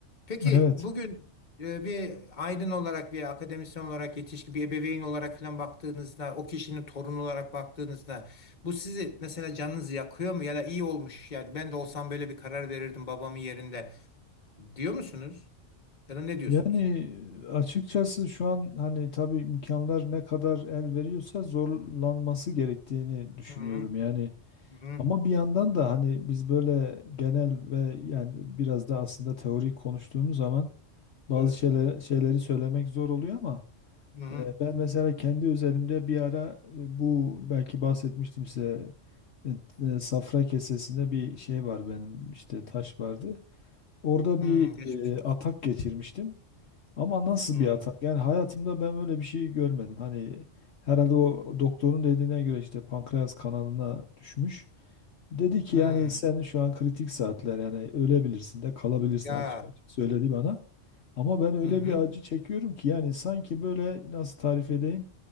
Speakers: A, on the left; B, on the left.
A: Peki
B: Evet.
A: bugün e, bir aydın olarak bir akademisyen olarak yetişkin bir ebeveyn olarak falan baktığınızda o kişinin torunu olarak baktığınızda bu sizi mesela canınızı yakıyor mu ya da iyi olmuş yani ben de olsam böyle bir karar verirdim babamın yerinde Diyor musunuz? Ya da ne diyorsunuz?
B: Yani açıkçası şu an hani tabii imkanlar ne kadar el veriyorsa zorlanması gerektiğini düşünüyorum.
A: Hı
B: Yani
A: hı.
B: Ama bir yandan da hani biz böyle genel ve yani biraz da aslında teorik konuştuğumuz zaman bazı
A: Doğru.
B: şeyler, şeyleri söylemek zor oluyor ama
A: Hı hı.
B: e, ben mesela kendi özelimde bir ara e, bu belki bahsetmiştim size e, e, safra kesesinde bir şey var benim işte taş vardı. Orada
A: Hı,
B: bir
A: geçmiş
B: e,
A: olsun.
B: atak geçirmiştim. Ama nasıl
A: Hı
B: bir atak? Yani hayatımda ben öyle bir şey görmedim. Hani herhalde o doktorun dediğine göre işte pankreas kanalına düşmüş. Dedi ki
A: hı.
B: yani senin şu an kritik saatler yani ölebilirsin de kalabilirsin
A: Ya.
B: açık açık söyledi bana. Ama ben öyle
A: Hı hı.
B: bir acı çekiyorum ki yani sanki böyle nasıl tarif edeyim